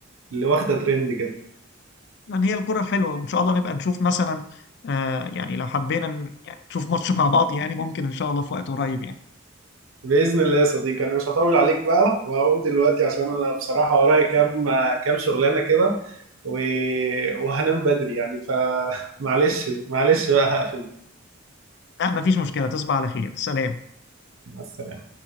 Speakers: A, on the right; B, on the left.
A: اللي واخدة ترند كده
B: يعني هي الكرة الحلوة وإن شاء الله نبقى نشوف مثلا آه، يعني لو حبينا ن- يعني نشوف ماتش مع بعض يعني ممكن إن شاء الله في وقت قريب يعني
A: بإذن الله يا صديقي أنا مش هطول عليك بقى وهقوم دلوقتي عشان أنا بصراحة ورايا كام كام شغلانة كده و... وهنام بدري يعني فمعلش <laughs> معلش معلش بقى هقفل
B: لا مفيش مشكلة تصبح على خير سلام
A: مع السلامة